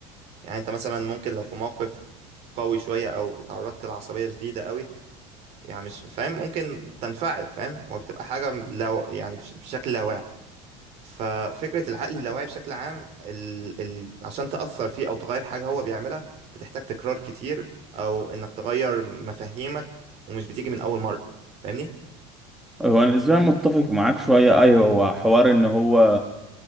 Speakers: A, on the right (about 40°); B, in the centre.
A: يعني انت مثلا ممكن لو في موقف قوي شويه او اتعرضت لعصبيه شديده قوي يعني مش فاهم ممكن تنفعل فاهم هو بتبقى حاجة لو يعني بش- بشكل لاواعي ففكرة العقل اللاواعي بشكل عام ال... ال... عشان تأثر فيه أو تغير حاجة هو بيعملها بتحتاج تكرار كتير أو إنك تغير مفاهيمك ومش بتيجي من أول مرة فاهمني؟
B: هو انا بالنسبة لي متفق معاك شوية ايوه هو حوار ان هو